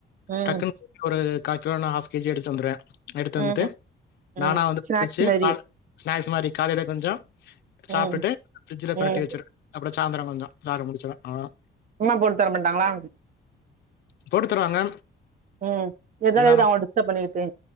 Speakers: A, on the right; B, on the left.
A: ம்
B: டக்குன் ஒரு கால் கிலோ இனா ஃஆப் கே ஜி எடுத்து வந்துறே எடுத்து வந்ட்டு
A: ம் ம்
B: நானா வந்து
A: ஸ்நாக்ஸ்
B: பிடிச்சு
A: மாரி
B: கால ஸ்நாக்ஸ் மாரி காலைல கொஞ்ச சாப்டுட்டு
A: ம்
B: ஃப்ரிஜ்ல பெரட்டி
A: ம்
B: வச்சிரு அப்டி சாயந்தர கொஞ்ச சாப்ட்டு முடிச்சொன அவளதா
A: ம்மா போட்டு தர மாட்டாங்ளா
B: போட்டு தருவாங்க
A: ம் இதுக்லா
B: இருந்தாலும்
A: எதுக்கு அவங்க டிஸ்டர்ப் பண்ணிட்டு